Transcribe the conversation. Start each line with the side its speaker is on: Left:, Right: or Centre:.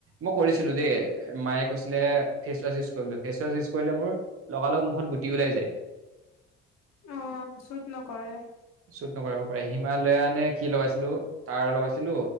Right: মই কৰিছিলো দেই মায়ে কৈছিলে face wash use face one use কৰিলে মোৰ লগা লগ মুখত গুটি ওলাই যায়।
Left: অ চুট নকৰে
Right: চুট নকৰে হ'ব পাৰে৷ হিমালয়া নে কি লগাইছিলো তাৰ লগাইছিলো।